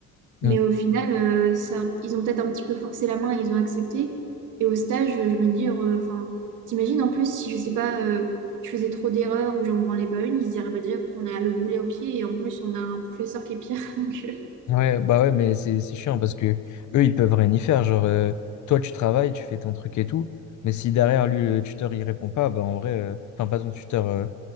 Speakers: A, on the right (about 85°); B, on the left (about 70°).
A: mais
B: Hmm.
A: au final, euh, ça, ils ont peut-être un petit peu forcé la main et ils ont accepté. Et au stage, je me dis, euh, enfin, t'imagines en plus si je sais pas, euh, je faisais trop d'erreurs ou j'en branlais pas une, ils se diraient bah, déjà qu'on a le boulet au pied et en plus on a un professeur qui est pire. <laughs> Donc,
B: Ouais, bah ouais, mais c'est c'est chiant parce que eux, ils peuvent rien y faire. Genre, euh, toi, tu travailles, tu fais ton truc et tout, mais si derrière lui, le tuteur, il répond pas, bah en vrai, euh, enfin, pas ton tuteur, euh,